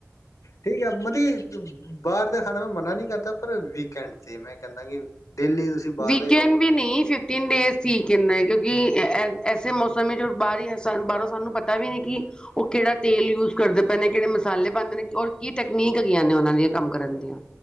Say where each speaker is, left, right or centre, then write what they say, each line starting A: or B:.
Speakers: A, on the left; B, on the left.
A: ਠੀਕ ਆ ਮਤਲਬ ਬਾਹਰ ਦਾ ਖਾਣਾ ਮੈਂ ਮਨਾ ਨਹੀਂੀ ਕਰਦਾ ਪਰ ਵੀਕਐਂਡ ਤੇ ਮੈਂ ਕਹਿੰਦਾ ਕਿ ਡੇਲੀ ਤੁਸੀਂ ਬਾਹਰ
B: ਵੀਕਂਡ
A: ਦਾ ਹੀ ਖਾਓਗੇ
B: ਵੀ ਨਹੀਂ ਫਿਫਟੀਨ ਡੇਜ਼ ਠੀਕ ਇੰਨਾ ਹੈ ਕਿਉਂਕਿ ਐਸੇ ਮੌਸਮ ਵਿੱਚ ਬਾਹਰ ਬਾਹਰੋਂ ਸਾਨੂੰ ਪਤਾ ਵੀ ਨਹੀਂੀ ਕਿ ਉਹ ਕਿਹੜਾ ਤੇਲ ਯੂਜ ਕਰਦੇ ਪੈਂਦੇ ਨੇ ਕਿਹੜੇ ਮਸਾਲੇ ਪਾਉਂਦੇ ਨੇ ਔਰ ਕੀ ਟੈਕਨੀਕ ਹੈਗੀਆਂ ਨੇ ਉਹਨਾਂ ਦੀਆਂ ਕੰਮ ਕਰਨ ਦੀਆਂ